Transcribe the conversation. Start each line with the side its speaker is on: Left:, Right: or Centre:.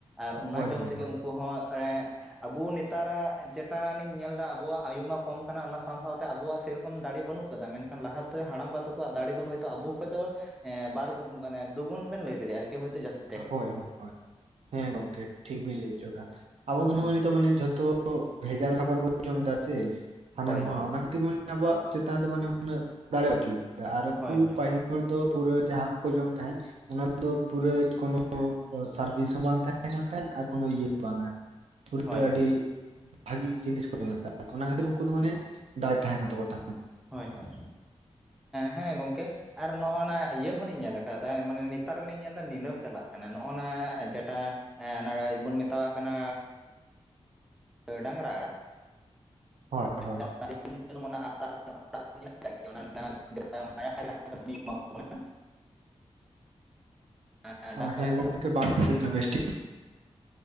Centre: ᱟᱨ ᱚᱱᱟ
Right: ᱦᱳᱭ ᱦᱳᱭ
Centre: ᱡᱚᱢ ᱛᱮᱜᱮ
Right: ᱦᱳᱭ
Centre: ᱩᱱᱠᱩ ᱦᱚᱸ ᱟᱵᱚ ᱱᱮᱛᱟᱨᱟᱜ ᱡᱮᱴᱟᱱᱤᱧ ᱧᱮᱞ ᱮᱫᱟ ᱟᱵᱚᱣᱟᱜ ᱟᱭᱩ ᱢᱟ ᱠᱚᱢ ᱠᱟᱱᱟ ᱚᱱᱟ ᱥᱟᱶ ᱥᱟᱶᱛᱮ ᱟᱵᱚᱣᱟᱜ ᱥᱮᱨᱚᱠᱚᱢ ᱫᱟᱲᱮ ᱵᱟᱹᱱᱩᱜ ᱠᱟᱫᱟ ᱢᱮᱱᱠᱷᱟᱱ ᱞᱟᱦᱟᱛᱮ ᱦᱟᱲᱟᱢᱵᱟ ᱛᱟᱠᱚᱣᱟᱜ ᱫᱟᱲᱮ ᱫᱚ ᱦᱚᱭᱛᱚ ᱟᱵᱚ ᱠᱷᱚᱡ ᱫᱚ ᱵᱟᱨᱩᱱ ᱢᱟᱱᱮ ᱫᱩ ᱜᱩᱱ ᱵᱮᱱ ᱞᱟᱹᱭ ᱫᱟᱲᱭᱟᱜ ᱟᱨᱠᱤ ᱦᱳ ᱡᱟᱥᱛᱤ
Right: ᱦᱳᱭ ᱦᱳᱭ ᱦ ᱦᱮᱸ ᱜᱚᱝᱠᱮ ᱴᱷᱤᱠ ᱵᱤᱱ ᱞᱟᱹᱭ ᱦᱚᱪᱚ ᱟ <inaudible> ᱟᱵᱚ ᱫᱚ
Centre: ᱦᱳᱭ
Right: ᱱᱤᱛᱚ ᱢᱟᱱᱮ ᱡᱷᱚᱛᱚ ᱵᱷᱮᱡᱟᱞ ᱠᱷᱟᱵᱟᱨ ᱵᱚᱱ ᱡᱚᱢ ᱮᱫᱟ ᱥᱮ ᱦᱟᱱᱟᱱᱣᱟ
Centre: ᱦᱳᱭ ᱦᱳᱭ
Right: ᱚᱱᱟ ᱠᱷᱟᱹᱛᱤᱨ ᱟᱵᱚᱣᱟᱜ ᱪᱮᱛᱟᱱ ᱨᱮ ᱢᱟᱱᱮ ᱩᱱᱟᱜ ᱫᱟᱲᱮ ᱯᱟᱪᱩᱜ ᱟᱨ ᱩᱱᱠᱩ
Centre: ᱦᱳᱭ ᱦᱳᱭ
Right: ᱯᱟᱹᱦᱤᱞ ᱦᱚᱲ ᱫᱚ ᱯᱩᱨᱟᱹ ᱡᱟᱦᱟᱸ ᱠᱚ ᱡᱚᱢ ᱛᱟᱦᱮᱱ ᱚᱱᱟᱫᱚ ᱯᱩᱨᱟᱹ ᱠᱳᱱᱳ ᱥᱟᱨᱵᱷᱤᱥ ᱦᱚᱸ ᱵᱟᱝ ᱛᱟᱦᱮᱸ ᱠᱟᱱ ᱛᱟᱦᱮᱸᱫ ᱟᱨ ᱠᱳᱱᱚ ᱤᱭᱟᱹ ᱦᱚᱸ ᱵᱟᱝᱟ ᱯᱩᱨᱟᱹ
Centre: ᱦᱳᱭ ᱦᱳᱭ
Right: ᱟᱹᱰᱤ ᱵᱷᱟᱜᱤ ᱡᱤᱱᱤᱥ ᱠᱚ ᱡᱚᱢ ᱮᱫ ᱛᱟᱦᱮᱸ ᱚᱱᱟ ᱠᱷᱟᱹᱛᱤᱨ ᱩᱱᱠᱩ ᱫᱚ ᱢᱟᱱᱮ ᱫᱟᱲᱮ ᱛᱟᱦᱮᱸ ᱠᱟᱱ ᱛᱟᱠᱚ ᱛᱟᱦᱮᱸᱱᱟ
Centre: ᱦᱳᱭ ᱦᱳᱭ ᱦᱮᱸ ᱜᱚᱝᱠᱮ ᱠ <unintelligible> ᱟᱨ ᱱᱚᱜᱼᱚ ᱱᱤᱭᱟᱹ ᱦᱚᱸᱞᱤᱧ ᱧᱮᱞ ᱟᱠᱟᱫᱟ ᱢᱟᱱᱮ ᱱᱮᱛᱟᱨ ᱨᱮᱞᱤᱧ ᱧᱮᱞ ᱮᱫᱟ ᱱᱤᱞᱟᱹᱢ ᱪᱟᱞᱟᱜ ᱠᱟᱱᱟ ᱱᱚᱜᱼᱚ ᱱᱮ ᱡᱴᱟ <unintelligible> ᱵᱚᱱ ᱢᱮᱛᱟᱣᱟᱜ ᱠᱟᱱᱟ ᱰᱟᱝᱨᱟ
Right: ᱦᱳᱭ
Centre: ᱮᱴ
Right: ᱦᱳᱭ
Centre: <unintelligible> ᱚᱱᱟ ᱢᱟᱭ <inaudible> ᱠᱟᱹ <inaudible> ᱮᱢᱟ <inaudible>
Right: <inaudible>
Centre: ᱰᱟᱝᱨᱟ
Right: ᱦᱮ ᱜᱚᱢᱠᱮ ᱴᱷᱤᱠᱟᱹᱱᱟ ᱠᱟᱱᱟ ᱵᱮᱥᱴᱮᱠ